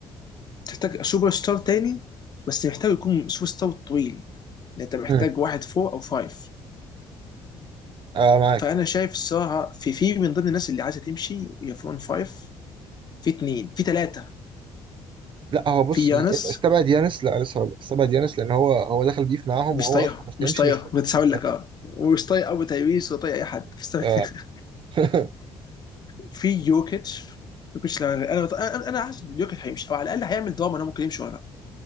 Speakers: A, on the left; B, on the right.
A: تحتاج سوبر ستار تاني بس محتاج يكون سوبر ستار طويل يعني انت محتاج
B: امم
A: واحد فور او فايف
B: آه معاك
A: فانا شايف الصراحه في في من ضمن الناس اللي عايزه تمشي يا فون فايف في اتنين في ثلاثه
B: لا هو بص
A: في يانس
B: ي- إيه، استبعد يانس لا لسه هقول لك استبعد يانس لان هو هو دخل بيف معاهم
A: مش
B: وهو
A: طايقهم
B: اصلا مش هيمشي
A: مش طايقهم
B: مش فارق
A: بس
B: في
A: هقول لك
B: ده
A: اه ومش طايق ابو تايويس ولا طايق اي حد <laughs>
B: آه <laughs>
A: في يوكيتش يوكيتش لو- انا انا انا حاسس إن يوكيتش هيمشي او على الاقل هيعمل دراما انه ممكن يمشي وراه